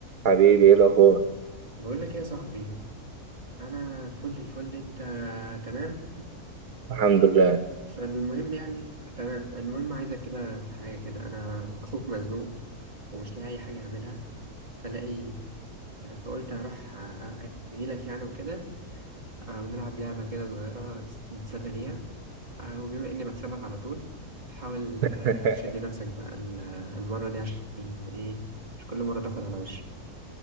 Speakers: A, on the right; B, on the right.
A: حبيبي ايه الاخبار
B: بقول لك ايه يا صاحبي انا فل الفل انت تمام
A: الحمد لله
B: فالمهم يعني تمام المهم عايزك كده في حاجه كده انا اخوك مزنوق ومش لاقي اي حاجه اعملها فلاقي فقلت هروح اجيلك يعني وكده آه، ونلعب لعبه كده صغيره نتسلى بيها آه، وبما اني بكسبك على طول فحاول آه،
A: <laughs>
B: تشد نفسك بقى ال- المره دي عشان ايه مش كل مره تاخد على وشك